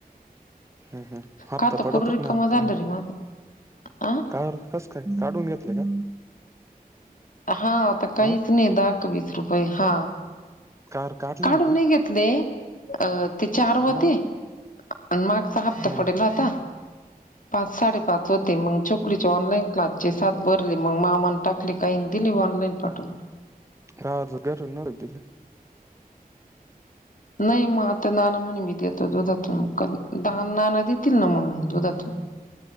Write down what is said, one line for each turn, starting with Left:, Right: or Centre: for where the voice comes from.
Right: हम् हम हप्ता
Left: का तर
Right: पाठवतात
Left: पूर रिकामं
Right: ना मग.
Left: झालं रे माझं आ
Right: काय रे कस काय काढून घेतलंय का?
Left: हा आता काहीच
Right: ह
Left: नाही, दहा का वीस रुपये हा
Right: कार काढली
Left: काढून
Right: का
Left: नाही घेत. अ ते चार होते.
Right: मग
Left: आणि मागचा हप्ता
Right: हम्
Left: पडेल
Right: हम
Left: होता पाच साडेपाच. पाचव होते मंग कलीचे ऑनलाईन क्लांस चे सांथ भरले मगं मामा मनं टाकले. कांहीं दिली ऑनलाईन पाठवूंन.
Right: हां उद्यां नं मारती.
Left: नाहीं मंग आंता नाणं म्हंण मी देतो दुधातूंन दानं नाणं देतील नां मगं दुधातूंन